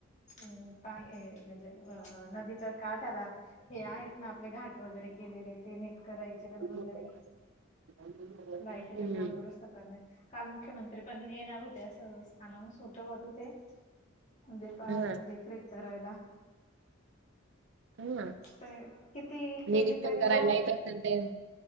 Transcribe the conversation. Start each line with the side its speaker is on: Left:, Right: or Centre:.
Left: अ काय ये म्हणजे अ नदीचा काठ आला हे आहेत ना आपले घाट वगैरे केलेले आहे ते नीट करायच चिकट म्हातारी
Right: हं. हम्म
Left: लाइटीचे पोल दुरुस्त करणे. काल मुख्यमंत्री पण येणार होते अस अनौन्स होत वा तिथे. दे पहारे
Right: हा
Left: देखरेख करायला.
Right: हा
Left: होय किती केली
Right: निरीक्षण
Left: तरी एवढं.
Right: <inaudible>